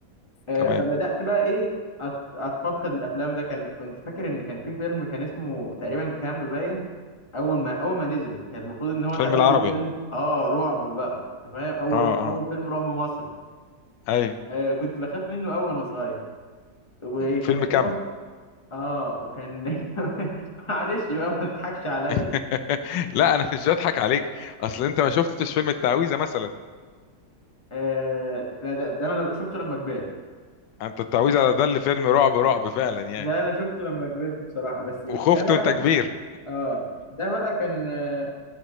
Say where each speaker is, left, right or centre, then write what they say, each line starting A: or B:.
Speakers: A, on the left; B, on the left.
A: آه،
B: تمام
A: فبدات بقى ايه أت- اتفقد الافلام ده كان كنت فاكر ان كان في فيلم كان اسمه تقريبا كامب باين اول ما اول ما نزل كان المفروض ان هو
B: الفيلم
A: ده اول
B: العربي
A: فيلم اه رعب بقى انت فاهم اول
B: اه
A: رعب
B: اه
A: اول فيلم رعب مصري
B: اي
A: آه كنت بخاف منه اول وانا صغير وكان
B: فيلم
A: في
B: كامب
A: برضه اه وكان <laughs> معلش بقى ما تضحكش عليا
B: <laughs> لا انا مش بضحك عليك اصل انت ما شفتش فيلم التعويذه مثلا
A: آه ده, ده, ده انا لما- شفته لما كبرت
B: انت التعويذه على ده اللي فيلم رعب رعب فعلا يعني
A: ده انا شفته لما كبرت بصراحه بس ده
B: وخفت
A: بقى
B: وانت كبير
A: اه ده بقى كان آه،